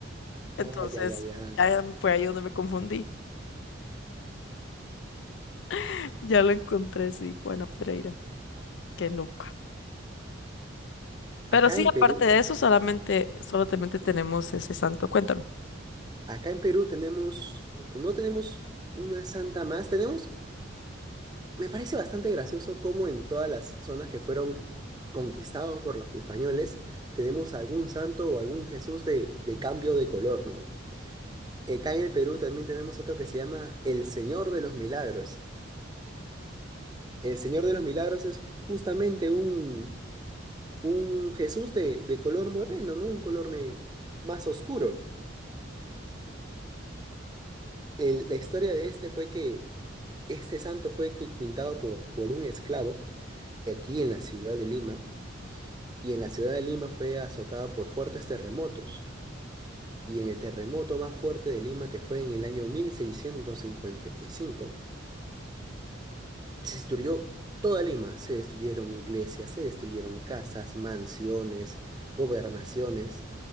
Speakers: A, on the right; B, on the left.
A: <laughs>
B: Entonces,
A: ah ya, ya, ya.
B: ya fue ahí donde me confundí. <laughs> Ya lo encontré, sí, Juana Pereira. Qué loca.
A: Acá
B: Pero sí,
A: en
B: aparte
A: Perú,
B: de eso, solamente, solamente tenemos ese santo. Cuéntame.
A: acá en Perú tenemos, no tenemos una santa más, tenemos Me parece bastante gracioso cómo en todas las zonas que fueron conquistados por los españoles tenemos algún santo o algún Jesús de, de cambio de color, ¿no? Acá en el Perú también tenemos otro que se llama el Señor de los Milagros. El Señor de los Milagros es justamente un, un Jesús de, de color moreno, ¿no? Un color me- más oscuro. El- la historia de este fue que este santo fue qui- pintado por, por un esclavo aquí en la ciudad de Lima y en la ciudad de Lima fue azotada por fuertes terremotos. Y en el terremoto más fuerte de Lima, que fue en el año 1655, se destruyó toda Lima. Se destruyeron iglesias, se destruyeron casas, mansiones, gobernaciones.